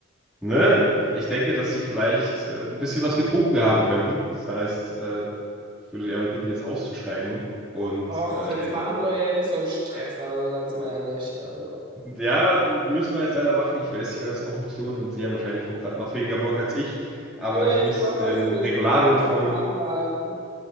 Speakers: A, in the centre; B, on the right.
A: ne, ich denke, dass Sie vielleicht äh, ein bisschen was getrunken haben könnten. Das heißt, äh, ich würde Sie aber bitten, jetzt auszusteigen und
B: Och,
A: äh,
B: jetzt
A: eine
B: machen Sie doch hier nicht so einen Stress,
A: Äh,
B: also ganz
A: äh,
B: mal ehrlich. Also.
A: Ja, müssen wir jetzt leider machen. Ich weiß, ich werde es auch nicht tun und Sie haben wahrscheinlich auch gerade noch weniger Bock als ich. Aber
B: Nee,
A: ich muss
B: ich mach das
A: den
B: hier nicht
A: Regularien
B: mit. Ich möchte
A: folgen.
B: einen Anwalt.